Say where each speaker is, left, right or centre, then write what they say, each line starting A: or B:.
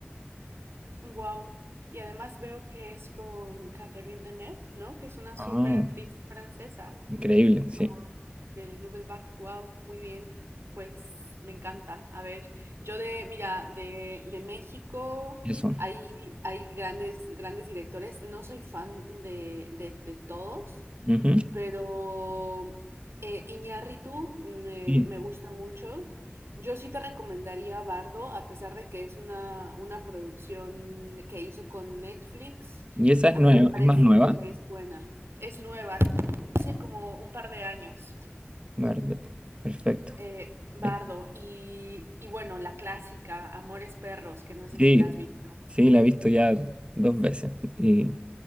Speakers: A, on the right; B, on the right.
A: Wow. Y además veo que es con Catherine Deneuve, ¿no? Que es una
B: Ah,
A: súper actriz francesa.
B: increíble, sí.
A: Como del Nubelbach, wow, muy bien. Pues me encanta. A ver, yo de, mira, de, de México
B: Eso.
A: hay, hay grandes, grandes directores. No soy fan de, de, de todos,
B: Ujú.
A: pero eh, Iñárritu me,
B: Sí.
A: me gusta mucho. Yo sí te recomendaría Bardo, a pesar de que es una, una producción que hizo con Netflix.
B: Y esa es
A: A
B: nueva,
A: mí me parece
B: es más nueva.
A: que es buena. Es nueva, hace como un par de años,
B: Verde. Perfecto.
A: eh, Bardo,
B: Eh,
A: y, y bueno, la clásica, Amores Perros, que no sé
B: Sí,
A: si la has visto.
B: sí, la he visto ya dos veces. Y